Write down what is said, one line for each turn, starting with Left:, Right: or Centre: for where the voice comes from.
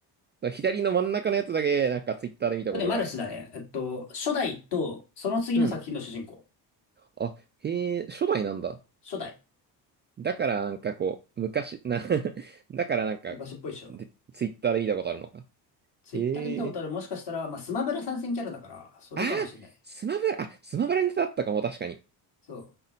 Right: 左の真ん中のやつだけ、なんか、ツイッターで見たことがある。
Left: これねマルスだね。えっと、初代と、その次の作品の主人公。
Right: うん。あ、へえ、初代なんだ。
Left: 初代。
Right: だから、なんかこう、昔、な <laughs> だからなんか、
Left: 昔っぽいっしょ。
Right: で、ツイッターで見たことあるのか。
Left: ツイッターで見たことある、
Right: へえ。
Left: もしかしたら、まあ、スマブラ参戦キャラだから、それかもしれない。
Right: ああ、スマブラ、あ、スマブラネタだったかも、確かに。
Left: そう。だか